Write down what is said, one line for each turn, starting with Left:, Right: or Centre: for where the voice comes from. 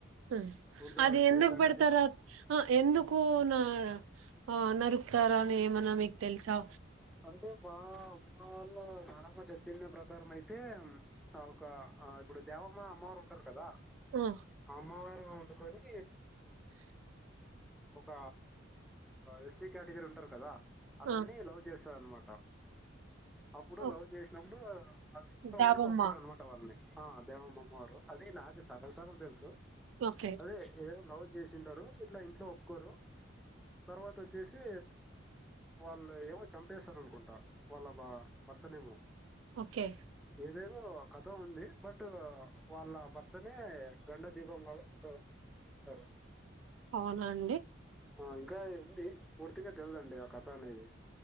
Right: ఆ
Centre: ఊరిదేవరికి
Right: అది ఎందుకు
Centre: గండ
Right: పెడతారా
Centre: దీపం
Right: ఆ ఎందుకు నా ఆ నరుకుతారా అని ఏమన్నా మీకు తెలుసా
Centre: అంటే మా అమ్మ వాళ్ళ నానమ్మ చెప్పింది ప్రకారం అయితే ఒక ఇప్పుడు దేవమ్మ అమ్మవారు ఉంటారు కదా
Right: ఆ
Centre: అమ్మ వారు గా ఉంట కోరి
Right: స్
Centre: ఒక ఎస్సి క్యాటగిరీ ఉంటారు కదా అదన్ని
Right: ఆ
Centre: ఇలా వ తెలుస్సది అనమాట అప్పుడు
Right: ఓ
Centre: లవ్ చేసినప్పుడు అది ఇంట్లో
Right: దాబమ్మ
Centre: వాళ్ళు ఒప్పుకోారు అనమాట వాళ్ళని ఆ దేవమ్మ అమ్మ వారు అది నాకు సగం సగం తెలుసు
Right: ఓకే
Centre: అదే ఏ లవ్ చేసింటారు ఇట్ల ఇంట్లో కోరు తరువాత వచ్చ వచ్చేసి వాళ్ళు ఎవో చంపేస్తారని కుంటా వాళ్ళ బా భర్త నేమో
Right: ఓకే
Centre: ఏదేదో కథ ఉంది బట్ వాళ్ళ భర్త తనే రెండో దీపం లాగా ఉంట తరు
Right: అవునా అండి
Centre: ఆ ఇంకా ఉంది పూర్తిగా తెల్దండి ఆ కథా అనేది <inaudible>